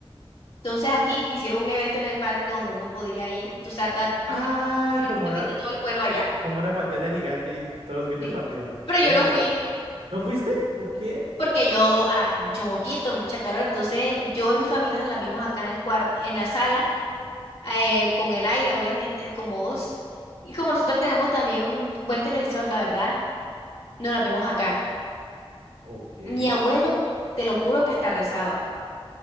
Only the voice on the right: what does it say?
¡Ay!
Como una,
como una pantalla gigante y todos viendo
el partido.
Uy.
¿No fuiste? ¿Por qué?
Ok. <laughs>